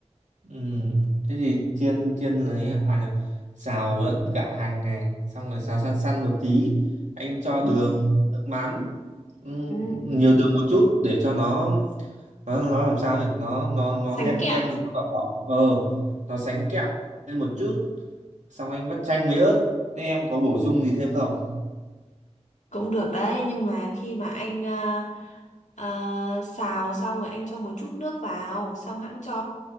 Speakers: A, on the right; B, on the left.
A: Ừ, thế thì chiên chiên lấy à nhập xào lẫn cả hành này xong rồi xào săn săn một tí anh cho
B: Ừ.
A: đường nước mắm ừ,
B: Ừ.
A: nhiều đường một chút để cho nó nó nó làm sao nhỉ nó nó nó
B: Sánh
A: đen
B: kẹo
A: đen đỏ đỏ ờ nó sánh kẹo lên một chút xong anh vắt chanh với ớt thế em có bổ sung gì thêm không
B: cũng được đấy, nhưng mà khi mà anh ờ, ờ, xào xong rồi anh cho một chút nước vào, xong hãng cho